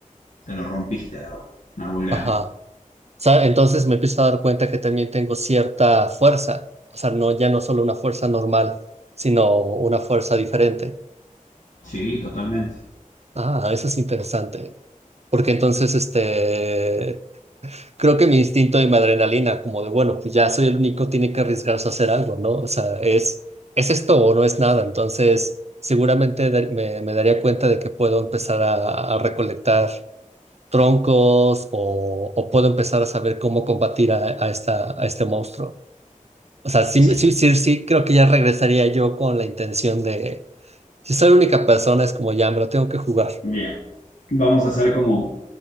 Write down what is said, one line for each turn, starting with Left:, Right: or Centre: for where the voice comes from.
Left: O sea, lo rompiste al árbol. Un árbol grande.
Right: Ajá. sa- Entonces me empiezo a dar cuenta que también tengo cierta fuerza, o sea, no, ya no solo una fuerza normal, sino una fuerza diferente.
Left: Sí, totalmente.
Right: Ah, eso es interesante, porque entonces este, creo que mi instinto y mi adrenalina, como de, bueno, pues ya soy el único, tiene que arriesgarse a hacer algo, ¿no? O sea, es, es esto o no es nada, entonces seguramente dar- me, me daría cuenta de que puedo empezar a, a recolectar troncos o, o puedo empezar a saber cómo combatir a, a esta, a este monstruo. O sea, sí,
Left: Sí.
Right: sí, sí, sí, creo que ya regresaría yo con la intención de, si soy la única persona, es como ya me lo tengo que jugar.
Left: Bien. Vamos a hacer como